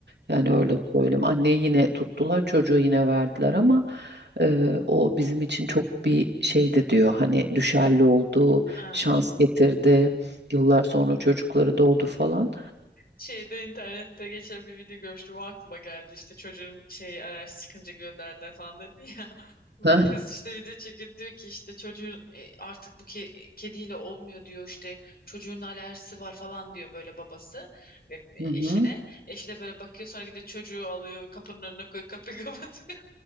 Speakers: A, on the right; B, on the left.
A: Yani öyle söyleyeyim. Anneyi yine tuttular. Çocuğu yine verdiler ama e, o bizim için çok bir şeydi diyor. Hani düşerli oldu,
B: Evet.
A: şans getirdi. Yıllar sonra çocukları doğdu falan.
B: Şeyde internette geçen bir video görmüştüm o aklıma geldi işte çocuğun şey araç çıkınca gönderdiler falan dedi ya <laughs>
A: Heh,
B: kız işte video çekiyor diyor ki işte çocuğun e, artık bu ke- kediyle olmuyor diyor işte çocuğun alerjisi var falan diyor böyle babası e,
A: Hı hı.
B: eşine eşi de böyle bakıyor sonra gidiyor çocuğu alıyor kapının önüne koyuyor kapıyı <laughs> kapatıyor